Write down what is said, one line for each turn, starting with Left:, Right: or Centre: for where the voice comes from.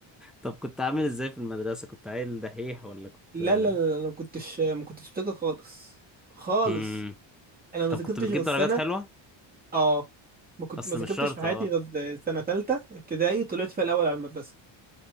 Centre: طب كنت عامل ازاي في المدرسة كنت عيل دحيح ولا كنت
Right: لا لا لا
Centre: <laughs>
Right: لا، انا ما كنتش ما كنتش بذاكر خالص خالص
Centre: مم.
Right: انا ما
Centre: طب
Right: ذاكرتش
Centre: كنت بتجيب
Right: غير السنه
Centre: درجات حلوة
Right: اه ما كنت
Centre: اصل
Right: ما ذاكرتش
Centre: مش شرط
Right: في حياتي
Centre: اه
Right: غير سنه ثالثه ابتدائي طلعت فيها الاول على المدرسه